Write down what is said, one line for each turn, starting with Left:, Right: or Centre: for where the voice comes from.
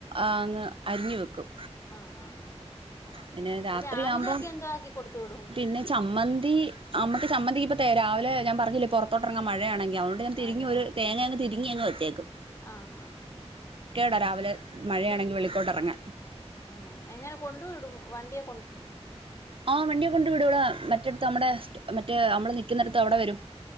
Right: അങ്ങ് അരിഞ്ഞു വെക്കും
Left: ആഹ് ആഹ്.
Right: പിന്നെ
Left: ആഹ് അപ്പൊ
Right: രാത്രിയാകുമ്പോം
Left: രാവിലെയൊക്കെ എന്തോ ആക്കി കൊടുത്തു വിടും
Right: പിന്നെ ചമ്മന്തി അമ്മക്ക് ചമ്മന്തിക്ക്പ്പ തെ രാവിലെ ഞാ പറഞ്ഞില്ലേ പൊറത്തോട്ടെറങ്ങൻ മഴയാണെങ്ക അതുകൊണ്ട് ഞ
Left: മഴ
Right: തിരിഞ് ഒര്
Left: ആഹ്
Right: തെങ്ങങ് തിരിങ് വെചെക്കും.
Left: ആഹ് ആഹ് ആഹ്
Right: ടാ രാവിലെ മഴയാണെങ്കി വെളിക്കോട്ട് എറങ്ങാൻ
Left: ആഹ് എങ്ങനെ കൊണ്ടു വിടും വണ്ടിയൊ
Right: ആഹ വണ്ടിയെ കൊണ്ട് വിടും മറ്റടുത്ത് നമ്മടെ സ് മറ്റേ നമ്മള് നിക്കുന്നിടത്ത് അവിടെ വരും.